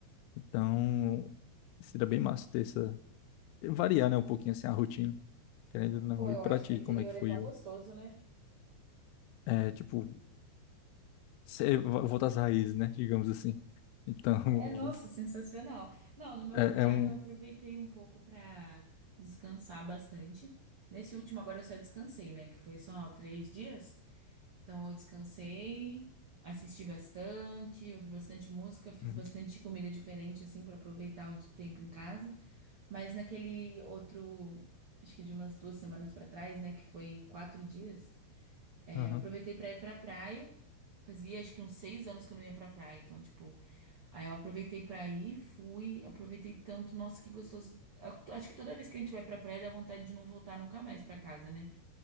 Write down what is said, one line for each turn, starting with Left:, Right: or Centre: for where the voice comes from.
Left: Então, seria bem massa ter essa. Variar, né, um pouquinho assim a rotina, querendo ou não.
Right: Pô, eu
Left: E pra
Right: acho
Left: ti,
Right: que o interior
Left: como é que foi
Right: é tão
Left: o.
Right: gostoso, né?
Left: É, tipo, se- voltar às raízes, né? Digamos assim. Então,
Right: É,
Left: <laughs>
Right: nossa, sensacional. Não, no meu
Left: é,
Right: feriado
Left: é um.
Right: eu aproveitei um pouco para descansar bastante. Nesse último agora eu só descansei, né? Que foi só três dias. Então eu descansei, assisti bastante, ouvi bastante música, fiz
Left: Uhum.
Right: bastante comida diferente, assim, para aproveitar o de- tempo em casa. Mas naquele outro, acho que de umas duas semanas para trás, né? Que foi quatro dias, é,
Left: aham.
Right: eu aproveitei para ir pra praia. Fazia acho que uns seis anos que eu não ia pra praia, então, tipo. Aí eu aproveitei pra ir, fui, aproveitei tanto, nossa, que gostoso. Eu- Acho que toda vez que a gente vai pra praia dá vontade de não voltar nunca mais pra casa, né?